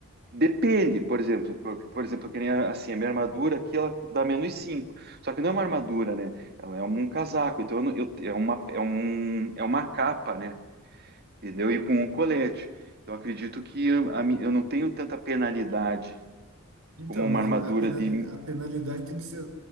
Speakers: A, on the right; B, on the right.
A: Depende, por exemplo, por, por exemplo, que nem a- assim, a minha armadura aqui ela dá menos 5. Só que não é uma armadura, né? Ela é um casaco, então eu, não- eu- é uma, é um, é uma capa, né? Entendeu? E com um colete. Então eu acredito que eu, a mi- eu não tenho tanta penalidade
B: Então,
A: como uma
B: mas
A: armadura
B: o- a penali-
A: de.
B: a penalidade tem que ser